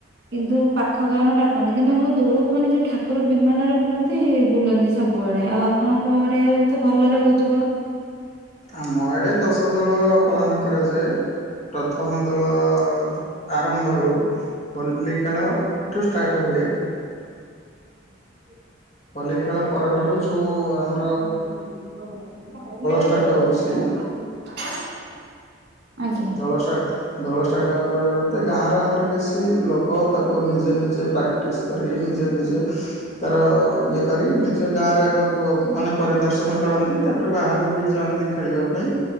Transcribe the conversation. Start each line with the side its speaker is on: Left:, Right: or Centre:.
Right: କିନ୍ତୁ ପାଖ ଗାଁର ଡାକନ୍ତି କିନ୍ତୁ ଆମର ଦୋଳକୁ ମାନେ ଯୋଉ ଠାକୁର ବିମାନରେ ବୁଲନ୍ତି ବୁଲନ୍ତି। ସବୁଆଡ଼େ ଆଉ ଆପଣଙ୍କ ଆଡ଼େ ତ ଭଲରେ ହଉଥିବ।
Left: ଆମ ଆଡ଼େ ଦଶ ଦୋଳ ପାଳନ କରାଯାଏ ପ୍ରଥମ ଦୋଳଅ ଆରମ୍ଭରୁ ହୋଲି ଖେଳଠୁ ଷ୍ଟାର୍ଟ ହୁଏ।
Right: <inaudible>
Left: ହୋଲି ଖେଳ ପରଠାରୁ ଯୋଉ ଆମ
Right: <unintelligible>
Left: ଷ୍ଟାର୍ଟ ହଉଛି
Right: ଆଜ୍ଞା।
Left: ଦୋଳଷ୍ଟାର୍ଟ ଦୋଳ ଷ୍ଟାର୍ଟ ହେବା ପରିବର୍ତ୍ତେ ଗାଁରେ ଆମର କିଛି ଲୋକ ତାକୁ ନିଜେ ନିଜେ ପ୍ରା ପ୍ରାସ୍ କରିକି ନିଜେ ନିଜେ ତାର ଇଏ କରି ନିଜେ ଗାଁରେ ଆଗ ମାନେ ପରିଦର୍ଶନ କରନ୍ତି ତାପରେ ବାହାରକୁ ବି ଯାଆନ୍ତି ଖେଳିବା ପାଇଁ